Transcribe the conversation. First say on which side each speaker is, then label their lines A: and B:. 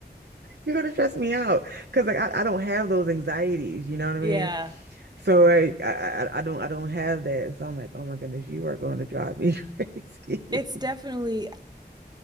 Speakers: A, on the right (about 80°); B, on the right (about 25°).
A: you're going to stress me out because like I, I don't have those anxieties you know what I
B: Yeah.
A: mean so like I, I I don't I don't have that so I'm like oh my goodness you are going to drive me <laughs> crazy
B: It's
A: <laughs>
B: definitely